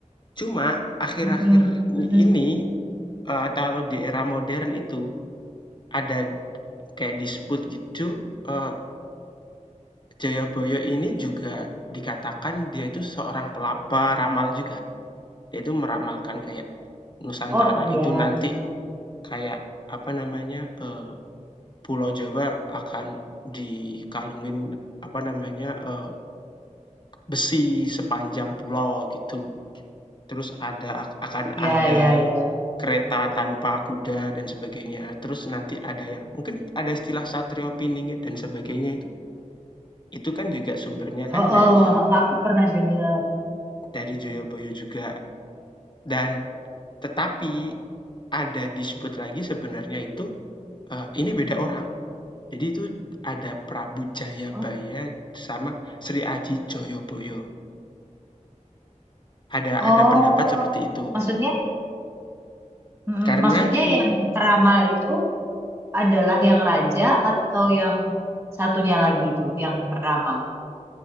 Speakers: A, on the left; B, on the right.
A: Cuma akhir-akhir
B: Mm-mm, mm-mm.
A: ini, eee, atau di era modern itu ada kayak dispute gitu, eee, Jayabaya ini juga dikatakan dia itu seorang pela peramal juga. Dia itu meramalkan kayak Nusantara
B: Oh iya,
A: itu nanti kayak, apa namanya, eee, Pulau Jawa akan dikalungin, apa namanya, eee, besi sepanjang pulau gitu. Terus ada akan
B: iya,
A: ada
B: iya, iya.
A: kereta tanpa kuda dan sebagainya. Terus nanti ada yang mungkin ada istilah Satrio Piningit dan sebagainya itu, itu kan juga sumbernya
B: Oh,
A: kan
B: oh,
A: dari
B: oh, aku pernah dengar.
A: dari Joyoboyo juga. Dan tetapi ada dispute lagi sebenarnya itu Eee, ini beda orang. Jadi itu ada Prabu Jayabaya
B: Oh,
A: sama Sri Aji Joyoboyo. Ada
B: oh,
A: ada pendapat seperti itu.
B: maksudnya, mm
A: Karena
B: maksudnya
A: gini,
B: yang peramal itu adalah yang raja atau yang satunya lagi itu, yang peramal.